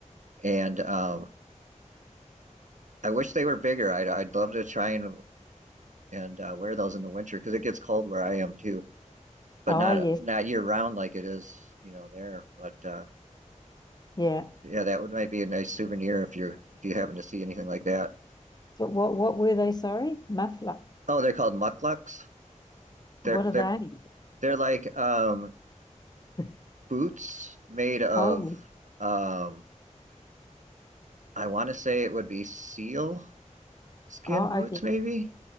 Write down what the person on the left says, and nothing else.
Oh,
yes.
Yeah.
So what what were they? Sorry? Muffler.
What
are
they?
<laughs>
Oh,
oh,
okay.